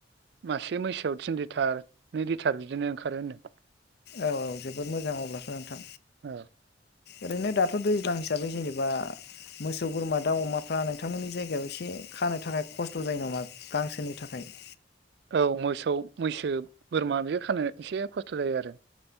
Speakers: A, on the right; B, on the left.
A: मासे मैसोआव थिन लिटार नै लिटार बिदिनो ओंखारो होनदों।
B: औ औ जोबोद मोजां अब्लाथ' नोंथां
A: औ
B: ओरैनो दाथ' दैज्लां हिसाबै जेनेबा मोसौ बोरमा दाउ अमाफ्रा नोंथांमोननि जायगायाव एसे खानो थाखाय खस्थ' जायो नामा गांसोनि थाखाय <inaudible>
A: औ मोसौ मैसो बोरमा बेखौ खानो एसे खस्थ' जायो आरो